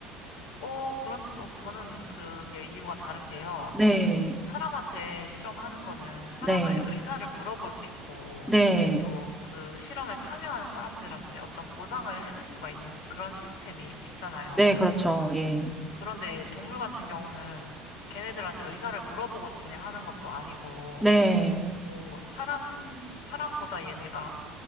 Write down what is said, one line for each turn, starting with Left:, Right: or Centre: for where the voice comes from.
Left: 어, 그런데 또 저는 그게 이유가 다른 게요.
Centre: 네,
Left: 사람한테 실험하는 거는 사람의
Centre: 네,
Left: 의사를 물어볼 수 있고,
Centre: 네,
Left: 또 그 실험에 참여하는 사람들한테 어떤 보상을 해줄 수가 있는 그런 시스템이 있잖아요.
Centre: 네, 그렇죠. 예.
Left: 그런데 동물 같은 경우는 걔네들한테 의사를 물어보고 진행하는 것도 아니고,
Centre: 네,
Left: 뭐 사람, 사람보다 얘네가